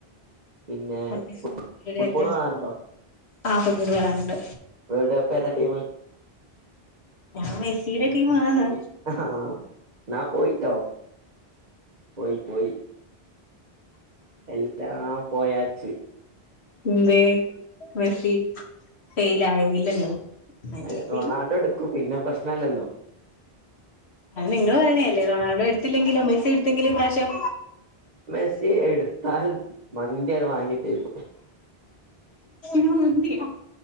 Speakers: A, on the right (about 40°); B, on the left (about 85°).
A: പിന്നെ
B: മറ്റേ
A: ഫുട്
B: സൂര്യയുടെയൊക്കെ
A: ഫുട്ബോള് കാണാറുണ്ടോ
B: ആ ഫുട്ബോള് കാണാറ്ണ്ട്
A: വേൾഡ് കപ്പ് ഏതാ ടീമ്
B: ഞാൻ മെസ്സിയുടെ ടീമാണ്
A: ഹ ആ ന്നാ പോയിട്ടോ പോയി പോയി എല്ലാം പോയാച്ച്
B: ന്തേ മെസ്സി ഫെയ്ലായോ ഇല്ലല്ലോ മെസ്സി
A: അത് റൊണാൾഡോ എടുക്കും പിന്നെ പ്രശ്നല്ലല്ലോ
B: അത് നിങ്ങള് പറേണെ അല്ലേ റൊണാൾഡോ എട്ത്തില്ലെങ്കിലോ മെസ്റ്റി എട്ത്തെങ്കിലോ ഇപ്രാവശ്യം
A: മെസ്സി എടുത്താൽ മന്തിയാണ്ട് വാങ്ങി തെരും
B: മന്തിയോ